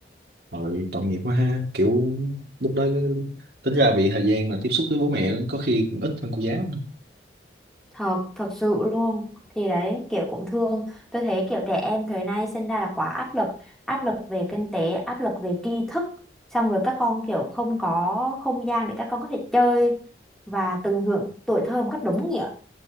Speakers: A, on the right; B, in the centre.
A: rồi tội nghiệp quá ha kiểu lúc đó cứ- tính ra vì thời gian mà tiếp xúc với bố mẹ có khi cũng ít hơn cô giáo nữa.
B: thật thật sự luôn thì đấy kiểu cũng thương tôi thấy kiểu trẻ em thời nay sinh ra là quá áp lực áp lực về kinh tế áp lực về tri thức xong rồi các con kiểu không có không gian để các con có thể chơi và tận hưởng tuổi thơ một cách đúng nghĩa